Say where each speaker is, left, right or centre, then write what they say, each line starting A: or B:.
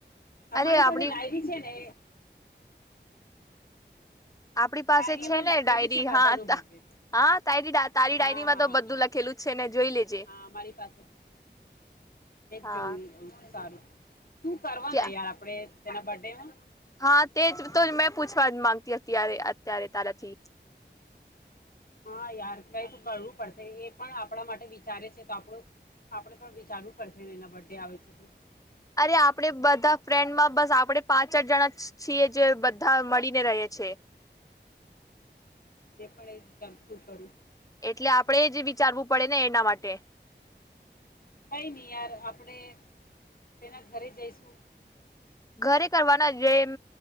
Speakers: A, on the left; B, on the left.
A: અમારી
B: અરે આપડી
A: પાસે ડાયરી છે ને
B: આપડી પાસે
A: ડાયરીમાં
B: છે ને
A: લખેલું
B: ડાયરી
A: છે બધાનું
B: હા.
A: બર્થડે
B: હા, તારી તારી
A: હા
B: ડાયરીમાં
A: હા
B: તો બધું લખેલું જ છે ને જોઈ લેજે.
A: હા મારી પાસે એ
B: હા
A: જોવું લીધું સારું. શું કરવા
B: ક્યાં
A: ને યાર આપડે તેના બર્ડે માં?
B: હા, તેજ તો મેં પૂછવા માંગતી અત્યારે અત્યારે તારાથી.
A: હા યાર, કઈ તું કરવું પડશે એ પણ આપણા માટે વિચારે છે તો આપણુ આપડે પણ વિચારવું પડશે ને એના બર્ડે આવે છે તો.
B: અરે આપડે બધા ફ્રેન્ડમાં બસ આપડે પાંચ આઠ જણા છીએ જે બધા મળીને રહે છે.
A: તે પણ એ જ વિચારું શું કરું.
B: એટલે આપણેે જ વિચારવું પડે ને એના માટે.
A: કઈ નહી યાર આપણેે તેના ઘરે જઈશું.
B: ઘરે કરવાના જેમ